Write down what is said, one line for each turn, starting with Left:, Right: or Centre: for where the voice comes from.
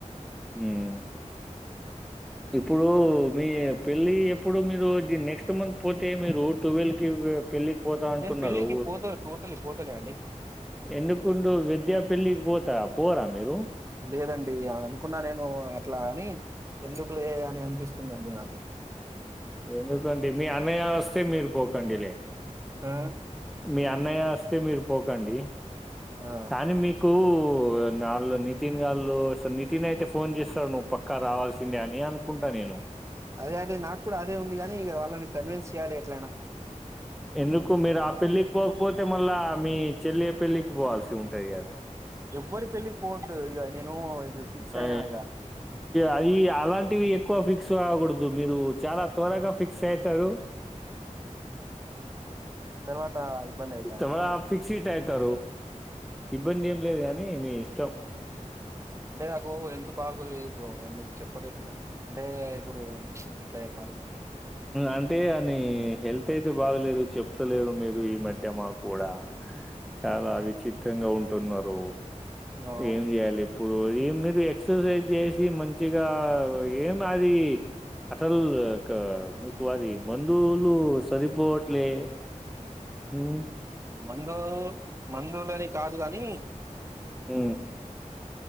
Centre: హ్మ్ ఇప్పుడు మీ పెళ్ళి ఎప్పుడు మీరు నెక్స్ట్ మంత్ పోతే మీరు ట్వెల్వ్ కి పెళ్లి పోతా అంటున్నారు
Right: నేను పెళ్ళికి పోత పోతలే పోతలే అండి
Centre: ఎందుకుండు విద్యా పెల్లి పోతారా పోరా మీరు
Right: లేదండి అ అనుకున్నా నేను అట్లా అని ఎందుకు లే అని అనిపిస్తుందిండి నాకు
Centre: ఎందుకండి మీ అన్నయ్య వస్తే మీరు పోకండి లే
Right: ఆ
Centre: మీ అన్నయ్య వస్తే మీరు పోకండి
Right: ఆ
Centre: కానీ మీకు నాళ్ళు నితిన్ గళ్ళు అసలు నితిన్ అయితే ఫోన్ చేస్తాడు నువ్వు పక్కా రావాల్సిందే అని అనుకుంటా నేను
Right: అదే అదే నాకు కూడా అదే ఉంది కాగానీ ఇక వాళ్ళని కన్విన్స్ చేయ్యాలి ఎట్లనా
Centre: ఎందుకు మీరు ఆ పెళ్లికి పోకపోతే మళ్ళా మీ చెల్లి పెళ్ళికి పోవాల్సి ఉంటది కదా
Right: ఎవవరి పెళ్ళికి పోద్దుఇగ నేను ఇప్పుడు ఫిక్స్
Centre: అ
Right: అయినా ఇక
Centre: అది అలాంటివి ఎక్కువ ఫిక్స్ కావకూడదు మీరు చాలా త్వరగా ఫిక్స్ అవుతారు
Right: తర్వాత ఇబ్బంది అయితాదంటారా
Centre: తామర ఫిక్సిట్ అయితరు ఇబ్బంది ఏం లేదు కానీ మీ ఇష్టం
Right: అంటే నాకు హెల్ బాగోలేదు బ మీరు చెప్పదప్పు అంటే ఇప్పుడు ఎట్లా చెప్పాలి
Centre: అంటే అని హెల్త్ అయితే బాగలేదు చెప్తలేరు మీరు ఈ మధ్య మా కూడా చాలా విచిత్రంగా ఉంటున్నారు
Right: అవును
Centre: ఏం చేయాలి ఇప్పుడు ఏ మీరు ఎక్సర్సైజ్ చేసి మంచిగా ఏం అది అసలు ఇ మీకు అది మందువులు సరిపోవట్లే హ్మ్.
Right: మందు మందులని కాదు కాగాని
Centre: ఆ